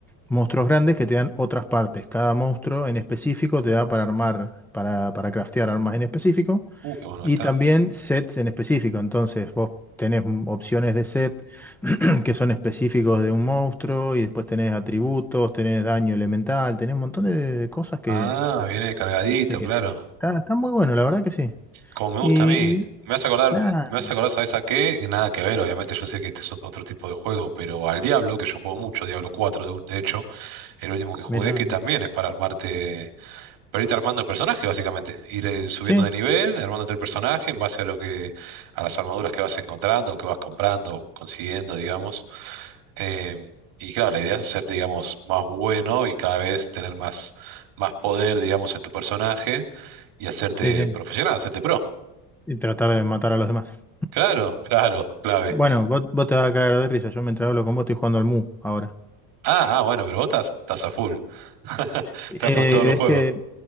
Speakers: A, in the centre; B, on the right.
A: monstruos grandes que te dan otras partes. Cada monstruo en específico te da para armar, para, para craftear armas en específico.
B: Uh, qué bueno
A: Y
B: que está.
A: también sets en específico, entonces vos tenés m- opciones de set <clears throat> que son específicos de un monstruo y después tenés atributos, tenés daño elemental, tenés un montón de, de cosas que,
B: Ah, viene cargadito,
A: que hace que...
B: claro.
A: Está, está muy bueno, la verdad que sí.
B: Como me
A: Y
B: gusta a mí. Me vas a acordar,
A: claro,
B: me vas a acordar, ¿sabes a qué? Que Nada que ver, obviamente yo sé que este es otro tipo de juego, pero al Diablo, que yo juego mucho, Diablo cuatro, de, de hecho, el último que jugué,
A: mira,
B: que también es para armarte. Pero ahorita armando el personaje, básicamente. Ir eh, subiendo
A: sí,
B: de nivel, armándote el personaje en base a lo que, a las armaduras que vas encontrando, o que vas comprando, o consiguiendo, digamos. Eh, y claro, la idea es hacerte, digamos, más bueno y cada vez tener más, más poder, digamos, en tu personaje y hacerte
A: sí, sí.
B: profesional, hacerte pro.
A: Y tratar de matar a los demás.
B: Claro, claro, clave.
A: Bueno, vos, vos te vas a caer de risa, yo mientras hablo con vos estoy jugando al Mu ahora.
B: Ah, ah, bueno, pero vos estás, estás a full. <laughs>
A: <laughs>
B: Estás
A: Eh,
B: con todos los juegos.
A: es que